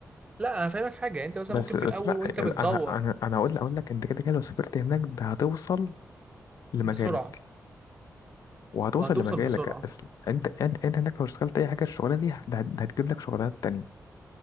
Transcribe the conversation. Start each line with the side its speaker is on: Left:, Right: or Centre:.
Right: لا انا فاهمك حاجه يعني انت مثلا
Left: بس
Right: ممكن
Left: بس
Right: في الاول
Left: لا
Right: وانت بتدور
Left: أنا أنا أنا أقول أقول لك أنت كده كده لو سافرت هناك ده هتوصل لمجالك
Right: بسرعه
Left: وهتوصل
Right: وهتوصل
Left: لمجالك
Right: بسرعه
Left: أصل أنت أنت أنت هناك لو اشتغلت أي حاجة الشغلانة دي ده هت- ده هتجيب لك شغلانات تانية